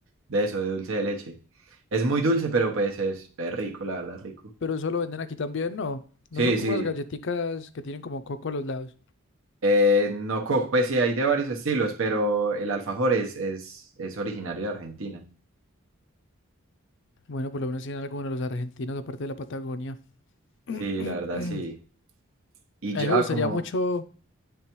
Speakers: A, on the right (about 65°); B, on the left (about 55°).
A: de eso, de dulce de leche. Es muy dulce, pero pues es, es rico, la verdad, rico.
B: pero eso lo venden aquí también, no.
A: Sí,
B: No son como
A: sí.
B: unas galletitas que tienen como coco a los lados.
A: Eh, no, co- pues sí, hay de varios estilos, pero el alfajor es, es, es originario de Argentina.
B: Bueno, por lo menos tienen algunos los argentinos, aparte de la Patagonia.
A: Sí,
B: <clears throat>
A: la verdad, sí. Y
B: A
A: ya
B: mí me gustaría
A: como,
B: mucho,